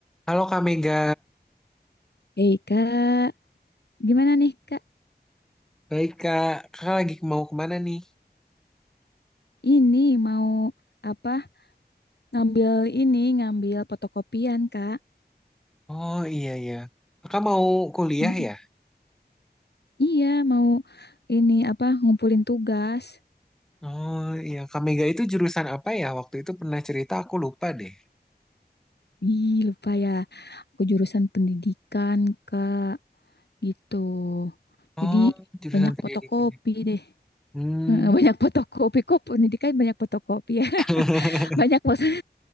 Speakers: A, in the centre; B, on the left (about 75°).
A: Halo Kak Mega,
B: Hei kak, gimana nih kak?
A: baik Kak. Kakak lagi mau kemana nih?
B: Ini mau apa? Ngambil ini, ngambil fotokopian kak.
A: Oh iya iya. Kakak mau kuliah
B: Mm-mm.
A: ya?
B: Iya, mau ini apa? Ngumpulin tugas.
A: Oh iya, Kak Mega itu jurusan apa ya? Waktu itu pernah cerita aku lupa deh.
B: Ih, lupa ya. Aku jurusan pendidikan kak, gitu.
A: Oh,
B: Jadi
A: jurusan
B: banyak
A: pendidikan.
B: fotokopi deh.
A: Hmm,
B: Heeh, Banyak <laughs> fotokopi kok pendidikan banyak fotokopi ya.
A: <laughs>
B: <laughs> Banyak maksud-